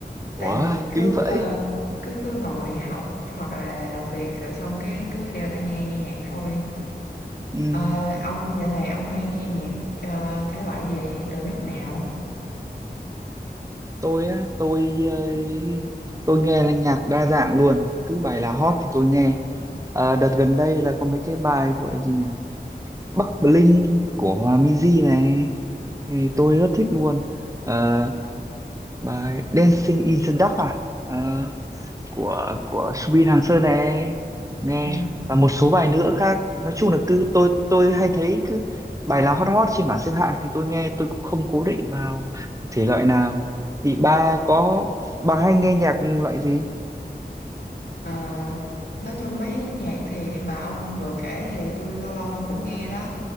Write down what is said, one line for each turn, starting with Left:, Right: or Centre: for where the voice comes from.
Right: ủa
Left: Tại vì cứ
Right: kính vậy
Left: ờ, cứ cứ ngồi học hoặc là làm việc rồi xong cái cứ đeo tai nghe nghe nhạc thôi.
Right: Ừm,
Left: Ờ, ông dạo này ông hay nghe nhạc ờ, thể loại gì từ nước nào?
Right: tôi á tôi ờ, tôi nghe là nhạc đa dạng luôn cứ bài nào hot thì tôi nghe Ờ, đợt gần đây là có mấy cái bài gọi là gì nhỉ Bắc Bling của Hòa Minzy này thì tôi rất thích luôn Ờ, bài Dancing in the Dark à Ờ, của của Subin Hàng Sơn này nghe
Left: Ừ.
Right: và một số bài nữa khác nói chung là cứ tôi tôi hay thấy cứ bài nào hot hot trên bảng xếp hạng thì tôi nghe tôi cũng không cố định vào một thể loại nào thì ba có bà hay nghe nhạc loại gì
Left: Ờ, nói chung mấy nhạc thì mà ông vừa kể thì tôi lâu lâu tôi cũng nghe đó